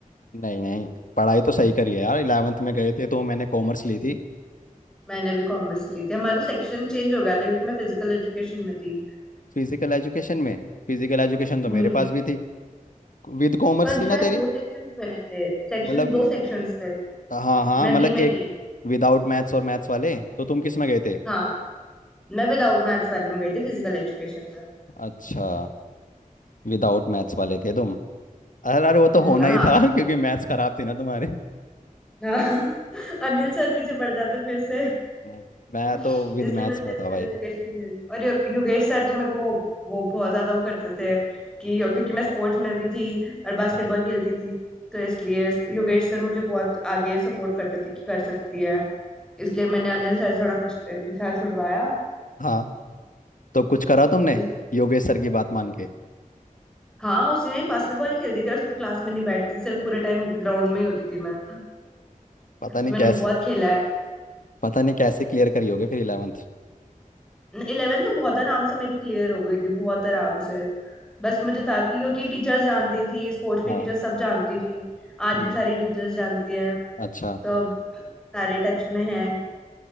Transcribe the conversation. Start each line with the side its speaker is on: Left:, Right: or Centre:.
Left: नहीं नहीं पढ़ाई तो सही करी है यार इलेवेंथ में गए थे तो मैंने कॉमर्स ली थी
Centre: मैंने भी कॉमर्स ही ली थी हमारा तो सेक्शन चेंज हो गया था क्योंकि मैं फिजिकल एजुकेशन में थी
Left: फिजिकल एजुकेशन में फिजिकल एजुकेशन तो
Centre: हम्म
Left: मेरे पास भी थी विद कॉमर्स
Centre: पर
Left: थी
Centre: शायद
Left: ना तेरी
Centre: दो सेक्शन बने थे सेक्शन
Left: मतलब
Centre: दो
Left: कि
Centre: सेक्शंस थे
Left: हाँ हाँ
Centre: मैं
Left: मतलब
Centre: बी में
Left: एक
Centre: थी
Left: विदाउट मैथ्स और मैथ्स वाले तो तुम किस में गए थे
Centre: हाँ मैं विदाउट मैथ्स वाले में गई थी फिजिकल एजुकेशन में
Left: अच्छा विदाउट मैथ्स वाले थे तुम अरे अरे वो
Centre: हम्म,
Left: तो होना
Centre: हाँ
Left: ही था <laughs> क्योंकि मैथ्स खराब थी ना तुम्हारे
Centre: हाँ <laughs> अनिल सर पीछे पड़ जाते फिर से
Left: नहीं। मैं
Centre: इसलिए
Left: तो विद मैथ्स
Centre: मैंने
Left: में
Centre: फिजिकल
Left: था भाई
Centre: एजुकेशन ले ली और यो, योगेश सर तो मेरे को वो वो बहुत ज्यादा वो करते थे कि क्योंकि मैं स्पोर्ट्स में भी थी और बास्केटबॉल
Left: हाँ
Centre: खेलती थी तो इसलिए योगेश सर मुझे बहुत आगे सपोर्ट करते थे कि कर सकती है इसलिए मैंने अनिल सर से थोड़ा पिछ- पीछा छुड़वाया
Left: हाँ तो कुछ करा तुमने
Centre: इस
Left: योगेश सर की बात मान के
Centre: हाँ उसी में बास्केटबॉल खेलती थी और उसको क्लास में नहीं बैठती सिर्फ पूरे टाइम ग्राउंड में ही होती थी मैं
Left: पता नहीं
Centre: तो मैंने
Left: कैसे
Centre: बहुत खेला है
Left: पता नहीं कैसे क्लियर करी होगी फिर इलेवेंथ
Centre: इलेवन तो बहुत आराम से मेरी क्लियर हो गई थी बहुत आराम से बस मुझे था कि क्योंकि टीचर्स जानती थी स्पोर्ट्स की
Left: हाँ
Centre: टीचर सब जानती थी आज
Left: हम्म
Centre: भी सारी टीचर्स जानती हैं
Left: अच्छा
Centre: तो अब सारे टच में हैं